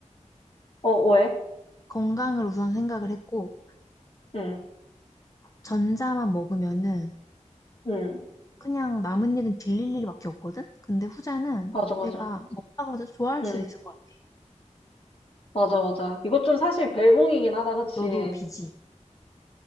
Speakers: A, on the left; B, on the left.
A: 어, 왜?
B: 건강을 우선 생각을 했고,
A: 응,
B: 전자만 먹으면은
A: 응.
B: 그냥 남은 일은 질릴 일밖에 없거든? 근데 후자는
A: 맞아,
B: 내가
A: 맞아.
B: 먹다가 더 좋아할
A: 응,
B: 수도 있을 것 같아.
A: 맞아, 맞아. 이것 좀 사실 벨붕이긴 하다, 그치?
B: 너도 비지?